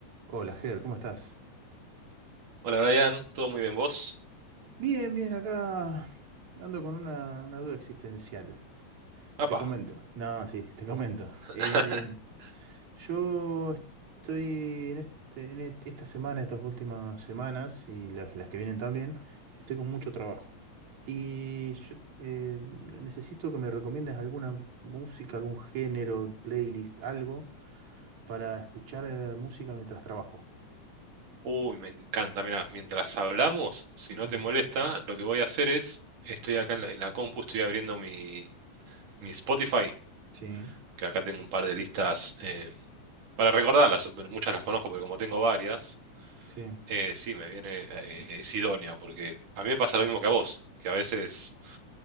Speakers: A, on the right; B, on the right.
A: Hola, Ger, ¿cómo estás?
B: Hola Brian, ¿todo muy bien vos?
A: Bien, bien, acá ando con una, una duda existencial.
B: Apa.
A: Te comento. No, sí, <laughs> te comento.
B: <laughs>
A: Eh, yo estoy en, este- en et- esta semana, estas últimas semanas y las, las que vienen también, estoy con mucho trabajo. Y yo eh, necesito que me recomiendes alguna música, algún género, playlist, algo para escuchar eh, música mientras trabajo.
B: Uy, me encanta. Mira, mientras hablamos, si no
A: Mm,
B: te molesta, lo que voy a hacer es, estoy acá en la, en la compu, estoy abriendo mi, mi Spotify,
A: Sí,
B: que acá tengo un par de listas eh, para recordarlas, pero muchas las conozco, pero como tengo varias,
A: sí.
B: eh, sí, me viene, eh, es idóneo, porque a mí me pasa lo mismo que a vos, que a veces